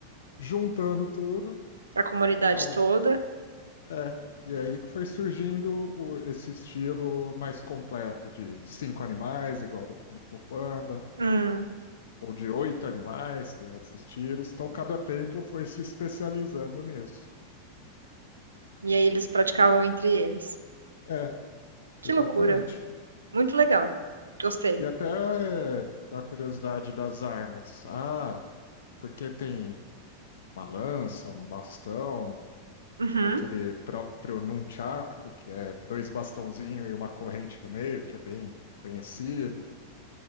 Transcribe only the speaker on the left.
juntando tudo
e falava,
É, e aí que foi surgindo o- esse estilo mais completo de cinco animais, igual do Kung Fu Panda,
ou de oito animais, tem outros estilos. Então cada templo foi se especializando nisso.
É,
exatamente.
E até é, da curiosidade das armas. Ah, porque tem uma lança, um bastão,
aquele próprio nunchaku, que é dois bastãozinhos e uma corrente no meio, que é bem conhecido.